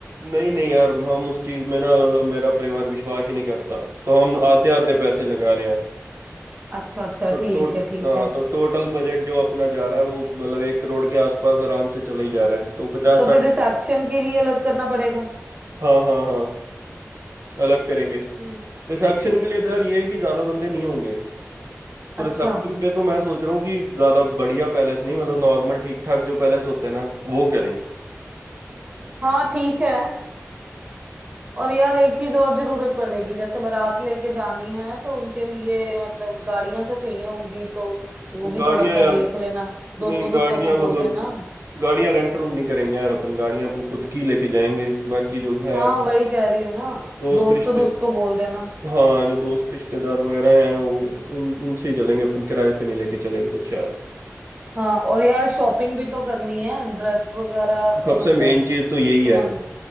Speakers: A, on the right; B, on the right.
A: नहीं नहीं यार हम उस चीज में ना मतलब मेरा परिवार विश्वास ही नहीं करता तो हम आधे आधे पैसे लगा रहे हैं
B: अच्छा अच्छा
A: तो टो
B: ठीक है ठीक
A: हाँ
B: है
A: तो टोटल बजट जो अपना जा रहा है वो मतलब एक करोड़ के आसपास आराम से चला ही जा रहा है तो पचास
B: तो
A: साठ
B: फिर रिसेप्शन के लिए अलग करना पड़ेगा
A: हाँ हाँ हाँ अलग करेंगे
B: जी
A: रिसेप्शन
B: ठीक
A: के लिए तो यार ये है कि ज्यादा बंदे नहीं होंगे तो
B: अच्छा
A: रिसेप्शन पे तो मैं सोच रहा हूँ कि ज्यादा बढ़िया पैलेस नहीं मतलब नॉर्मल ठीक ठाक जो पैलेस होते हैं ना वो करें
B: हाँ ठीक है और यार एक चीज और जरूरत पड़ेगी जैसे बारात लेके जानी है तो उनके लिए मतलब गाड़ियां तो चाहिए होंगी तो वो भी
A: गाड़ियां
B: थोड़ा सा
A: यार
B: देख लेना दोस्तों
A: नहीं
B: दोस्तों
A: गाड़ियां
B: को बोल
A: मतलब
B: देना
A: गाड़ियां रेंट रूंट नहीं करेंगे यार अपन गाड़ियां अपन खुद की लेके जाएंगे बाकी जो है
B: हाँ वही कह रही हूँ ना
A: दोस्त
B: दोस्तों
A: रिश्ते
B: दोस्त को बोल देना
A: हाँ जो दोस्त रिश्तेदार वगैरह हैं वो उन उनसे ही चलेंगे अपन किराए पे नहीं लेके चलेंगे कुछ यार
B: हाँ और यार शॉपिंग भी तो करनी है ड्रेस वगैरह अ,
A: सबसे
B: मतलब
A: मेन चीज तो यही
B: तुम्हारी
A: है